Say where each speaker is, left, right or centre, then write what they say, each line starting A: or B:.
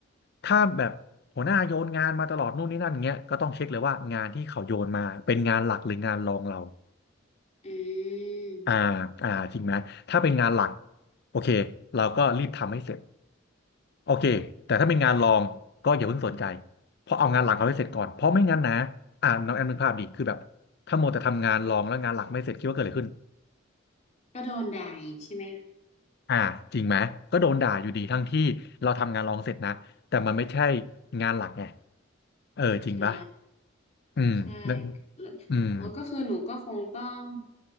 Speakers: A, on the left; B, on the left.
A: ถ้าแบบหัวหน้าโยนงานมาตลอดนู่นนี่นั่นเงี้ยก็ต้องเช็คเลยว่างานที่เขาโยนมาเป็นงานหลักหรืองานรองเรา
B: อืม
A: อ่าอ่าจริงไหมถ้าเป็นงานหลักโอเคเราก็รีบทำให้เสร็จโอเคแต่ถ้าเป็นงานรองก็อย่าเพิ่งสนใจเพราะเอางานหลักเขาให้เสร็จก่อนเพราะไม่งั้นนะอ่าน้องแอมนึกภาพดิคือแบบถ้าโมวแต่ทำงานรองแล้วงานหลักไม่เสร็จคิดว่าเกิดอะไรขึ้น
B: ก็โดนด่าอีกใช่ไหมคะ
A: อ่าจริงไหมก็โดนด่าอยู่ดีทั้งที่เราทำงานรองเสร็จนะแต่มันไม่ใช่งานหลักไงเออจริงปะ
B: อ่า
A: อืมแล้ว
B: ใช่แล้วอ๋อก็คือหนูก็คงต้อง
A: อืม